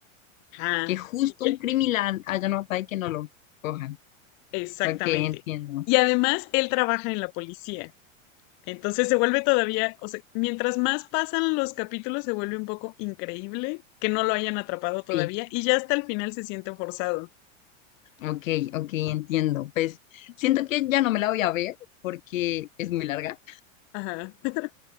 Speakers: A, on the left; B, on the left.
A: ajá,
B: que justo
A: y ya-
B: un criminal haya matado y que no lo cojan.
A: exactamente.
B: Ok, entiendo.
A: Y además, él trabaja en la policía. Entonces se vuelve todavía, o sea, mientras más pasan los capítulos, se vuelve un poco increíble que no lo hayan atrapado todavía
B: Sí,
A: y ya hasta el final se siente forzado.
B: ok, ok, entiendo. Pues siento que ya no me la voy a ver porque es muy larga,
A: Ajá. <laughs>